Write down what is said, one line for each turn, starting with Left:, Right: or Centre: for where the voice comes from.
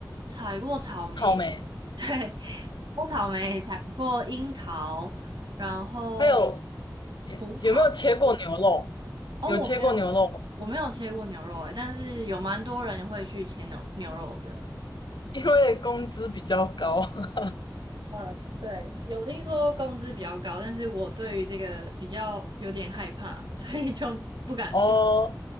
Right: 采过草莓，
Left: 草莓，
Right: <laughs> 对，采草莓，采过樱桃，然后
Left: 还有
Right: 葡萄。
Left: 有没有切过牛肉？
Right: 哦，
Left: 有切过牛肉吗
Right: 我没有，我没有切过牛肉诶，但是有蛮多人会去切牛牛肉的。
Left: 因为工资比较高。<laughs>
Right: 嗯，对，有听说工资比较高，但是我对于这个比较有点害怕，所以就不敢去
Left: 哦，